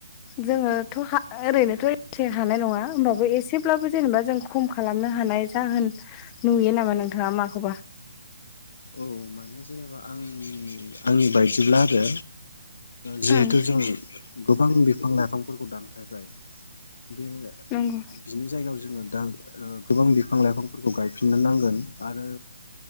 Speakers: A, on the left; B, on the left.
A: जोङोथ' ओरैनोथ' एसे हानाय नङा होमबाबो एसेब्लाबो जेनेबा जों खम खालामनो हानाय जाहोन नुयो नामा नोंथाङा माखौबा?
B: औ माने जेनेबा आंनि आंनि बायदिब्ला आरो जिहेथु
A: ओं
B: जों गोबां बिफां लाइफांफोरखौ दान फायबायाय बे
A: नंगौ
B: बिनि जायगायाव जोङो दा गोबां बिफां लाइफांफोरखौ गायफिननो नांगोन आरो